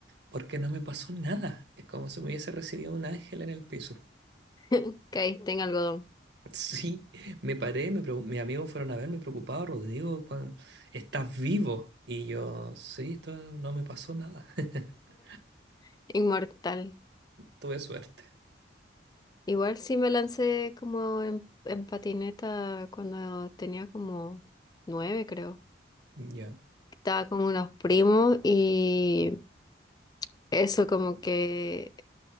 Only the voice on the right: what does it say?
porque no me pasó nada. Es como si me hubiese recibido un ángel en el piso.
Sí, me paré, me pregu- mis amigos fueron a verme preocupados, Rodrigo, cuan- ¿estás vivo? Y yo, sí, esto no me pasó nada. <laughs>
Tuve suerte.
Ya.